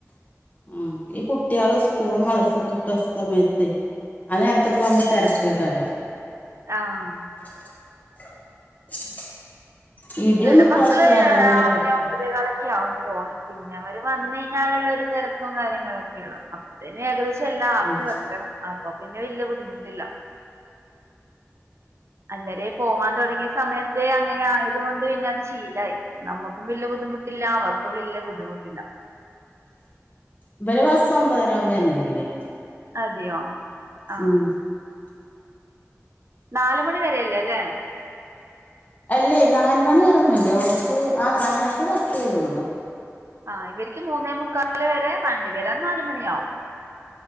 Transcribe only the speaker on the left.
ആ ഈ കുട്ട്യാള് സ്കൂളും മദ്രസൊക്കെ വിട്ടസമയത്തെ ആ നേരത്തൊക്കെ ആമ്പോ തെരക്ക് ഏക്കാരം
<unintelligible> ഇടിയൊന്നും
ഇപ്രാവശ്യം ഇല്ലാത്തോണ്ട്
വല്യ കുഴപ്പല്ല
ആ
ഇവരെ ബസ്സ് ഒമ്പതര ആവും വരണെങ്കില്
ഉം
അല്ലേ നാല്മണി വരൊന്നുല്ല ഓർക്ക് ആ നാല്മണിക്ക്‌ ബസ്സ് വരുള്ളു